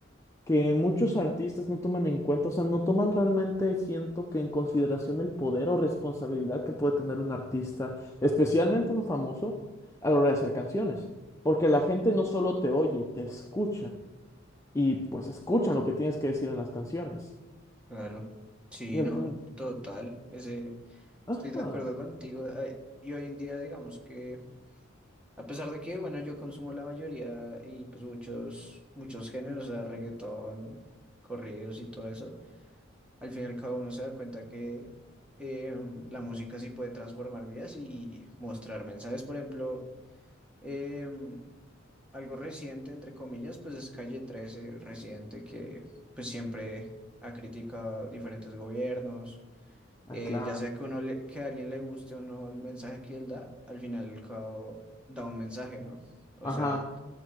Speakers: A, on the left; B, in the centre.
A: que muchos artistas no toman en cuenta, o sea, no toman realmente, siento que en consideración el poder o responsabilidad que puede tener un artista, especialmente uno famoso, a la hora de hacer canciones, porque la gente no solo te oye, te escucha y pues escuchan lo que tienes que decir en las canciones.
B: Claro. Sí,
A: Y al
B: no,
A: final,
B: total. Ese,
A: ajá,
B: estoy de acuerdo contigo. Ay, Y hoy en día digamos que A pesar de que, bueno, yo consumo la mayoría y pues muchos, muchos géneros, o sea, reggaetón, corridos y todo eso, al final cada uno se da cuenta que em, la música sí puede transformar vidas y mostrar mensajes. Por ejemplo, em, algo reciente, entre comillas, pues es Calle 13, reciente, que pues siempre ha criticado diferentes gobiernos.
A: ah,
B: eh,
A: claro,
B: ya sea que, uno le- que a alguien le guste o no el mensaje que él da, al final y al cabo da un mensaje, ¿no? O
A: ajá,
B: sea,